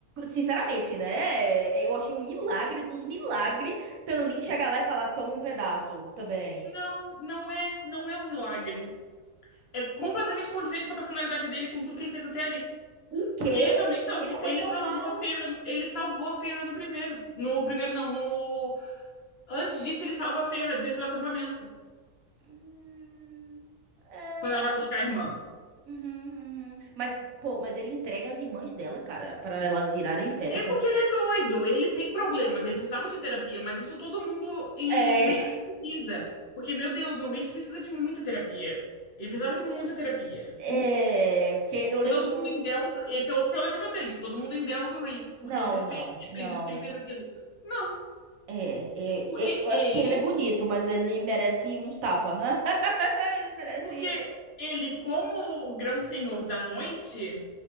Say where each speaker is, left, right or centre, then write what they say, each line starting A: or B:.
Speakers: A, on the right; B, on the left.
A: sinceramente, né? é, Eu achei um milagre dos milagres Tamlin chegar lá e falar: toma um pedaço também.
B: não, não é, não é um milagre. É completamente condizente com a personalidade dele, com tudo que ele fez até ali.
A: O
B: Porque
A: quê?
B: ele também salvou,
A: Ele foi
B: ele
A: tão
B: salvou
A: mal.
B: a Feyre, no- ele salvou a Feyre no primeiro. No primeiro não, no antes disso ele salva a Feyre dentro do acampamento,
A: Hum, É,
B: quando
A: mas.
B: ela vai buscar a irmã.
A: Uhum, uhum. Mas, pô, mas ele entrega as irmãs dela, cara, para elas virarem féricas.
B: É porque ele é doido, ele tem problemas, ele precisava de terapia, mas isso todo mundo em
A: É,
B: Prison precisa. Porque, meu Deus, o Reese precisa de muita terapia. Ele precisava de muita terapia.
A: <laughs> é, porque eu
B: Porque
A: lembro
B: todo
A: de
B: mundo
A: um.
B: endeusa. Esse é outro problema que eu tenho. Todo mundo endeusa o Reese,
A: Não,
B: porque ele é perfeito,
A: não,
B: porque ele
A: não.
B: fez isso, porque ele fez aquilo. Não,
A: É, é,
B: porque
A: é, eu
B: ele,
A: acho que ele é bonito, mas ele merece uns tapa. <laughs> Ele merece.
B: porque
A: um,
B: ele, como grão-senhor da noite,